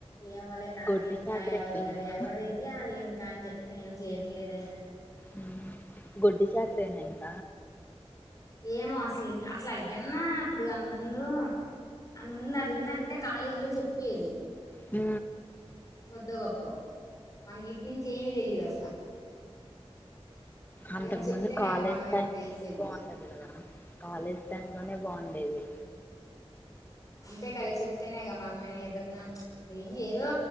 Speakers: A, on the left; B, on the left.
A: ఏమోలే కానీ
B: గొడ్డు
A: ఇంకా
B: చాకరి
A: ఎవర్లే
B: అయిపోయిందా
A: ఎవరు ఇది వాళ్ళింకా అని చెప్ నేనూ చేయట్లేదే
B: మ్ గొడ్డు చాకిరేనంట
A: ఏమో అసలు అసలు అయ్యన్నా ఇప్పుడు అంతకముందు అంతకముందు అది ఉందంటే కాలేజీ లో చెప్పేది
B: మ్
A: కొద్దో గొప్పో మనకి ఇటునుంచి ఏమీ తెలీదసల
B: అంతకుముందు
A: ఏదన్నా చెప్తేనేగా
B: కాలేజ్
A: మనమైనా
B: టైం
A: తెలిసేది
B: బాగుంటది కాలేజ్ టైమ్ లోనే బావుం డేది
A: అంతే కదా చెప్తేనే గా మనమైనా ఏదన్నా ఇప్పుడు ఏందేదో